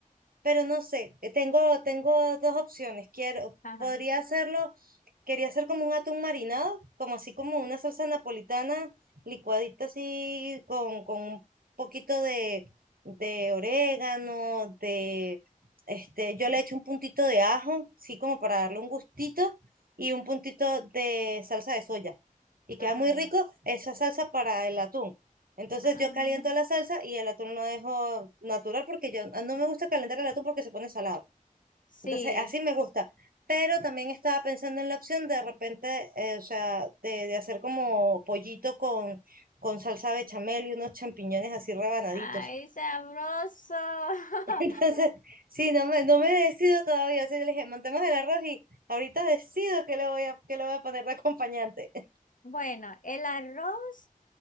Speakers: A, on the right; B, on the left.
A: pero no sé, eh, tengo, tengo dos opciones. Quiero,
B: ajá,
A: podría hacerlo, quería hacer como un atún marinado, como así como una salsa napolitana licuadita así con, con un poquito de, de orégano, de, este, yo le echo un puntito de ajo, sí, como para darle un gustito, y un puntito de salsa de soya. Y queda
B: ah,
A: muy rico esa salsa para el atún. Entonces
B: ah,
A: yo caliento la salsa y el atún lo dejo natural porque yo ah, no me gusta calentar el atún porque se pone salado.
B: sí.
A: Entonces así me gusta. Pero también estaba pensando en la opción de repente, eh, o sea, de, de hacer como pollito con, con salsa bechamel y unos champiñones así rebanaditos.
B: Ay, sabroso. <laughs>
A: <laughs> Entonces, sí, no me, no me decido todavía. Así que le dije, montemos el arroz y ahorita decido qué le voy a, qué le voy a poner de acompañante. <laughs>
B: Bueno, el arroz,